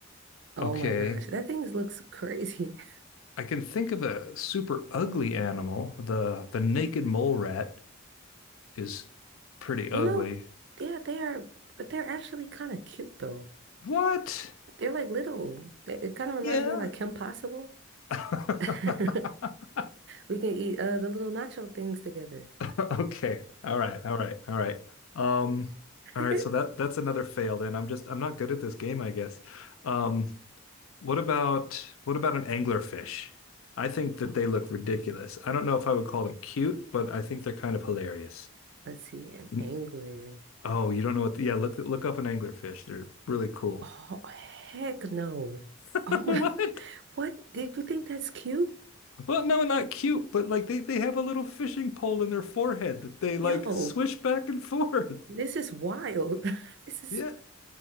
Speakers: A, on the right (about 55°); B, on the left (about 75°).
A: Oh
B: okay.
A: my gosh, that thing looks crazy. <laughs>
B: I can think of a super ugly animal. The the naked mole rat is pretty ugly.
A: You know, yeah, they are, but they're actually kind of cute though.
B: What?
A: They're like little. It, it kind of reminds
B: Yeah.
A: me of like Kim Possible.
B: <laughs>
A: <laughs> We can eat uh, the little nacho things together.
B: Okay. All right. All right. All right. Um, all
A: <laughs>
B: right. So that that's another fail then. I'm just I'm not good at this game, I guess. Um, what about what about an anglerfish? I think that they look ridiculous. I don't know if I would call them cute, but I think they're kind of hilarious.
A: Let's see, an
B: You-
A: angler.
B: Oh, you don't know what yeah, look look up an anglerfish. They're really cool.
A: Oh, heck no.
B: <laughs>
A: Oh my,
B: What?
A: what? Did you think that's cute?
B: Well, no, not cute, but like they they have a little fishing pole in their forehead that they like
A: Yo,
B: swish back and forth.
A: this
B: <laughs>
A: is wild. <laughs> This is,
B: Yeah.